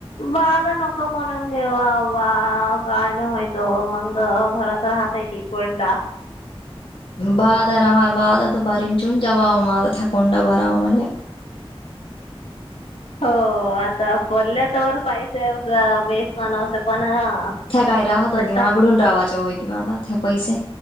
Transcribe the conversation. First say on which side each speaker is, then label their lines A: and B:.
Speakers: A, on the left (about 80°); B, on the left (about 60°).
A: माझा नको म्हणुन घे वहावा <unintelligible> मंग भरत राहतय की कोयंडा
B: बादरा बाधत बरीन चून जवाब मागत हाकुंड बराव म्हणल्या
A: हो आता भरल्या तवर पैसे <unintelligible>
B: था कायरा हातात घेऊन
A: का
B: आखडून राहायचा व्हय की बाबा था पैसे